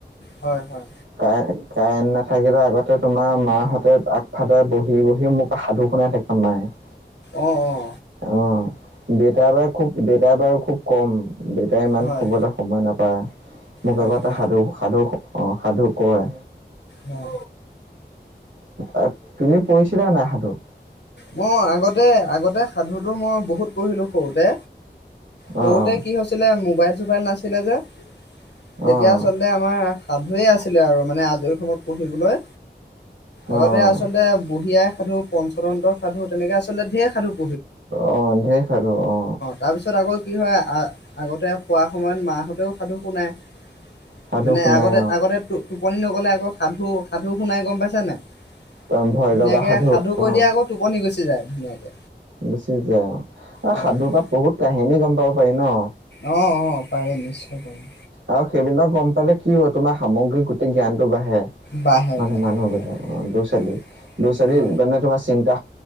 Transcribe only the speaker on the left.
হয় হয়।
অঁ অঁ।
হয়
তাকে
অঁ।
মই আগতে -আগতে সাধুটো মই বহুত পঢ়িলোঁ সৰুতে। সৰুতে
কি হৈছিলে মোবাইল চোবাইল নাছিলে যে? তেতিয়া
আচলতে আমাৰ সাধুৱে আছিলে আৰু মানে আজৰি সময়ত পঢ়িবলৈ। আগতে
আচলতে বুঢ়ী আই সাধু পঞ্চতন্ত্ৰ সাধু তেনেকে আচলতে ধেই সাধু পহিলো।
তাৰপিছত আকৌ কি হয় আগতে সোৱা সময়ত মা হঁতেও সাধু শো নাই
মানে
আগতে আগতে তো, টোপনি নগ'লে আকৌ সাধু সাধু শুনাই গম পাইছ নাই
ধুনীয়াকৈ
সাধু কৈ
দিয়ে আকৌ। টোপনি গুচি যায় ধুনীয়াকে।
হয়
হয়
অঁ -অঁ পাৰি নিশ্চয় পাৰি।
বাঢ়ে
বাঢ়ে
হয়
অ
অ